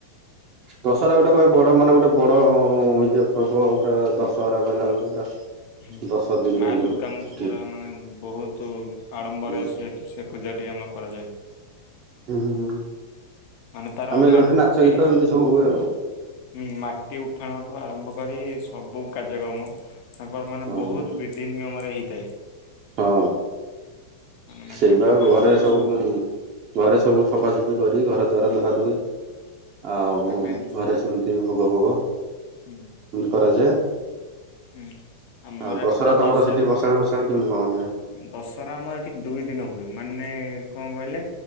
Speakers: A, on the right; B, on the left.
A: ଦଶହରା ଗୋଟେ କହିବେ ବଡ ମାନେ ଗୋଟେ ବଡ ଅ ଇଏ ପର୍ବ ପୁରା ଦଶହରା କହିଲା ବେଳକୁ ପୁରା।
B: ହୁଁ
A: ଦଶ ଦିନ
B: ମା ଦୁର୍ଗାଙ୍କୁ
A: ଛୁଟି
B: ପୁରା ମାନେ ବହୁତ ଆଡମ୍ବରେ
A: ହୁଁ
B: ସେଠି ସେ ପୂଜାଟି ଆମ କରାଯାଏ।
A: ହୁଁ ହୁଁ
B: ମାନେ ତାର
A: ଆମେ
B: ମାଟି
A: ଏଠି ନାଚ ଗୀତ ଏମିତି ସବୁ ହୁଏ ଆଉ
B: ହୁଁ ମାଟି ଉଠାଣଠୁ ଆରମ୍ଭ କରି ସବୁ କାର୍ଯ୍ୟକ୍ରମ। ତାଙ୍କର ମାନେ
A: ହଁ।
B: ବହୁତ ବିଧି ନିୟମରେ ହେଇଥାଏ।
A: ହଁ
B: ମାନେ ମାଟି
A: ସେଇ
B: ଉଠାଣଠୁ
A: ବା
B: ଆରମ୍ଭ
A: ଘରେ
B: କରି
A: ସବୁ ଘରେ ସବୁ ସଫାସଫି କରି ଘର ଦ୍ୱାରା ଧୁଆଧୋଇ ଆଉ
B: ତାପରେ
A: ଘରେ ସେମିତି ଭୋଗ ଭୋଗ ଏମତି
B: ହୁଁ
A: କରାଯାଏ।
B: ହୁଁ ଆମ
A: ଆଉ
B: ଏଟି
A: ଦଶହରା
B: ତ
A: ତମର
B: ଦସରା।
A: ସେଠି ଭସାଣି ଫସାଣି କେମିତି କଣ ହୁଏ?
B: ଦଶହରା ଆମର ଏଠି ଦୁଇ ଦିନ ହୁଏ ମାନେ କଣ କହିଲେ